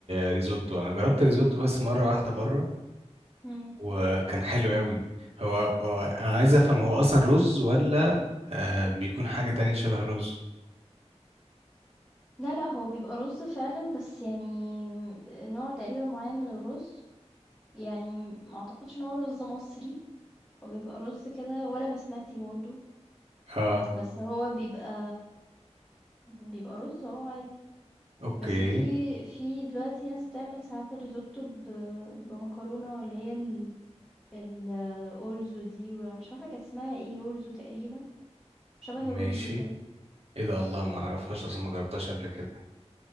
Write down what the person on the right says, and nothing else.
آه، ريزوتو انا جربت ريزوتو بس مره واحده بره
وكان حلو قوي هو هو انا عايز افهم هو اصلا رز ولا آه بيكون حاجة تانية شبه الرز
اه
اوكي
ماشي
ايه ده الله ما اعرفهاش اصلا ما جربتهاش قبل كده